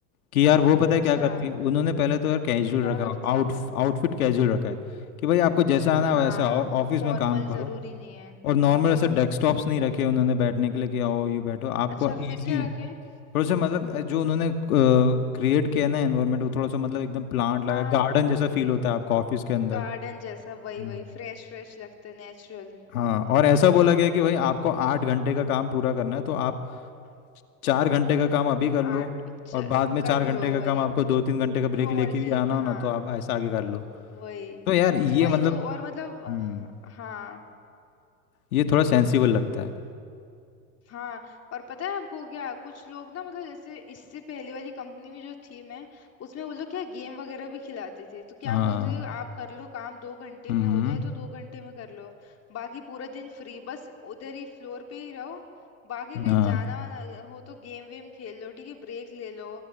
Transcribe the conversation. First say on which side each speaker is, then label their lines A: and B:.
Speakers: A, on the left; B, on the left.
A: कि यार वो पता
B: अच्छा
A: है क्या करती है उन्होंने पहले तो यार कैजुअल
B: क्या
A: रखा
B: करती
A: आउट
B: है
A: आउटफिट कैजुअल रखा है कि भाई आपको जैसा आना
B: हाँ
A: है वैसा आओ ऑफिस
B: फॉर्मल
A: में काम करो
B: जरूरी नहीं है
A: और नॉर्मल
B: हम्म
A: ऐसे डेस्कटॉप्स नहीं रखे उन्होंने बैठने के लिए कि आओ ये बैठो आपको
B: अच्छा फिर
A: इजी
B: क्या रखें
A: थोड़ा सा मतलब अ, जो उन्होंने क्रिएट किया है ना एनवायरनमेंट वो थोड़ा सा मतलब एकदम प्लांट लगा
B: हाँ हाँ
A: गार्डन जैसा फील होता है आपको ऑफिस के अंदर
B: गार्डन जैसा वही
A: हम्म
B: वही फ्रेश फ्रेश लगता है नेचुरल
A: हाँ और ऐसा बोला गया कि भाई आपको आठ घंटे का काम पूरा करना है तो आप चार घंटे का काम अभी कर लो
B: आर्ट च-
A: और बाद में
B: कर
A: चार घंटे
B: लो
A: का
B: वही
A: काम आपको दो तीन घंटे का ब्रेक
B: जो
A: लेके
B: मर्जी
A: भी आना हो
B: हाँ
A: ना तो आप ऐसा आगे कर लो
B: वही
A: तो यार ये
B: वही
A: मतलब
B: तो और मतलब अ,
A: हम्म
B: हाँ
A: ये थोड़ा सेंसिबल लगता है
B: हाँ और पता है आपको क्या कुछ लोग ना मतलब जैसे इससे पहले वाली कंपनी में जो थी मैं उसमें वो लोग क्या गेम वगैरह भी खिलाते थे तो क्या
A: हाँ
B: बोलते थे आप कर लो काम दो घंटे
A: हम्म
B: में हो जाए तो दो घंटे में कर लो बाकी पूरा दिन फ्री बस उधर ही फ्लोर पे ही रहो बाकी कहीं
A: हाँ
B: जाना वाना हो तो गेम वेम खेल लो ठीक है ब्रेक ले लो